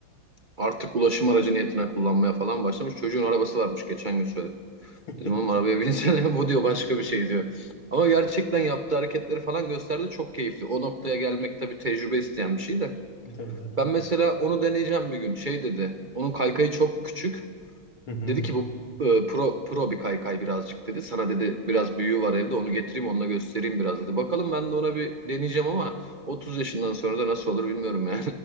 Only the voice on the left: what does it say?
<laughs>
Tabii tabii.
Hı hı.